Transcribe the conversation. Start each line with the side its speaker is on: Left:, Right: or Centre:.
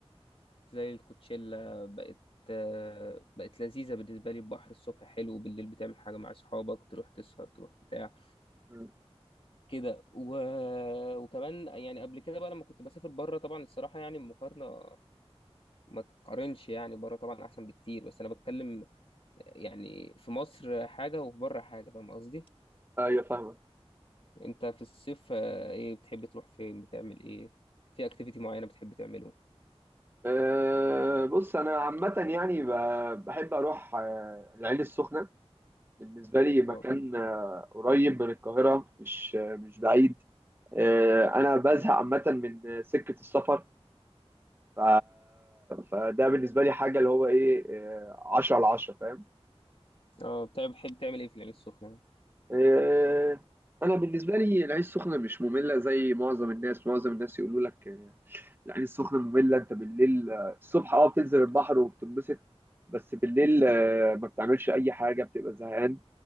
Left: زي الكوتشيلا بقت آه، بقت لذيذة بالنسبة لي البحر الصبح حلو بالليل بتعمل حاجة مع أصحابك تروح تسهر تروح بتاع
Right: مم.
Left: كده و... وكمان يعني قبل كده بقى لما كنت بسافر بره طبعا الصراحة يعني المقارنة ما تقارنش يعني بره طبعا أحسن بكتير بس أنا بتكلم يعني في مصر حاجة وفي بره حاجة فاهم قصدي؟
Right: ايوه فاهمك.
Left: أنت في الصيف آه، إيه بتحب تروح فين بتعمل إيه؟ في أكتيفيتي معينة بتحب تعمله؟
Right: أه بص انا عامة يعني ب- بحب اروح آه، العين السخنة بالنسبة لي مكان
Left: أه
Right: آه، قريب من القاهرة مش آه، مش بعيد. أه انا بزهق عامة من سكة السفر ف... فده بالنسبة لي حاجة اللي هو ايه آه، عشرة على عشرة فاهم؟
Left: أه بتحب بتحب تعمل إيه في العين السخنة؟ يعني؟
Right: أه انا بالنسبة لي العين السخنة مش مملة زي معظم الناس معظم الناس يقولوا لك العين السخنه ممله انت بالليل الصبح اه بتنزل البحر وبتنبسط بس بالليل آه، ما بتعملش اي حاجه بتبقى زهقان